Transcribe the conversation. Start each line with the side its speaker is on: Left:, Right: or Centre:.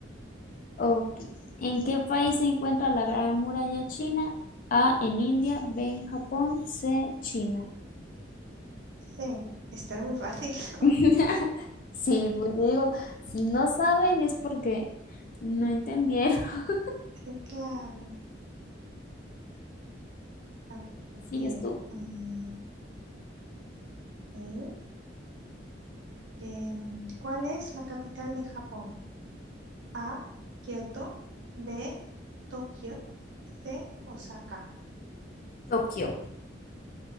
Left: Ok. ¿En qué país se encuentra la Gran Muralla China? A, en India, B, en Japón, C, China.
Right: C, estará muy fácil, <laughs>
Left: <laughs> Sí, pues yo digo, si no saben es porque no entendieron. <laughs>
Right: ¿no? Claro. A
Left: Sigues
Right: ver,
Left: tú.
Right: mm, ok. Que, mm, ¿cuál es la capital de Japón? A, Kioto, B, Tokio, C, Osaka.
Left: Tokio.